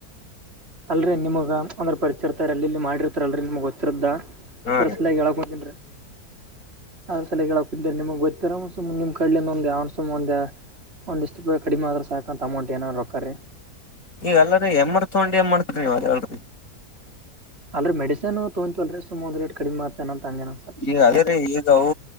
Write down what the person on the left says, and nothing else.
ಹಾ ರೀ
<inaudible>
ಈಗ ಅಲ್ಲರಿೀ ಹೆಮ್ಮ್ರ್ ತೊಂಡ ಎ್ ಮಾಡ್ತರಿ ನೀವು ಅದ ಹೇಳರಿ.
ಈಗ ಅದೇ ರೀ ಈಗ ಅವ